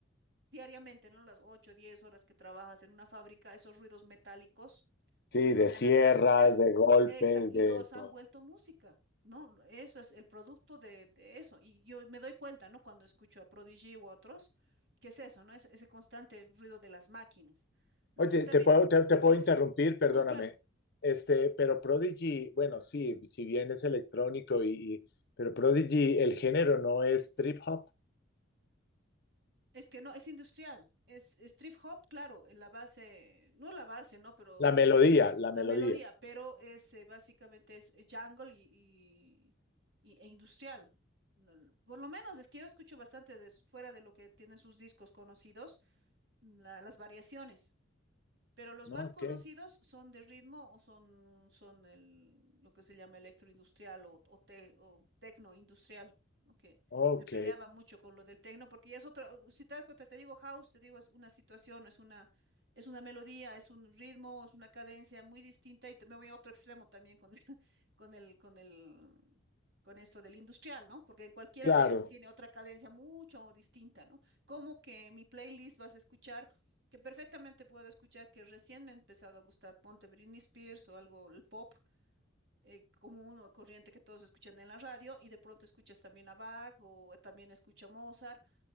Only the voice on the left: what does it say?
Sí,
de
sierras,
de golpes,
de
todo.
Oye,
te puedo, te, te puedo
interrumpir, perdóname.
Este, pero Prodigy, bueno, sí, si bien es electrónico y, y- pero Prodigy, el género no es trip hop.
La melodía, la
melodía.
¿no?
Ok,
ok,
claro.